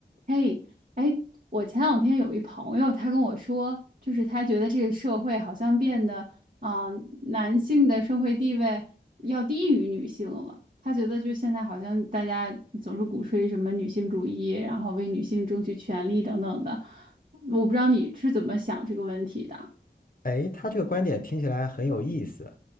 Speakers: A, on the right; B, on the left.
A: 嘿，哎，我前两天有一朋友，他跟我说，就是他觉得这个社会好像变得啊、男性的社会地位要低于女性了。他觉得就现在好像大家总是鼓吹什么女性主义，然后为女性争取权利等等的。我不知道你是怎么想这个问题的。
B: 哎，他这个观点听起来很有意思。